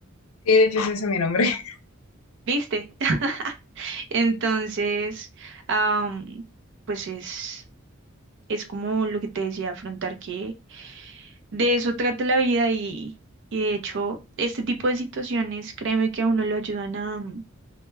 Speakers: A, on the left; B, on the right.
A: Sí, de hecho, ese es mi nombre. <laughs>
B: ¿Viste? <laughs> Entonces, am, pues es, es como lo que te decía, afrontar que De eso trata la vida y, y de hecho este tipo de situaciones, créeme que a uno lo ayudan a, mm,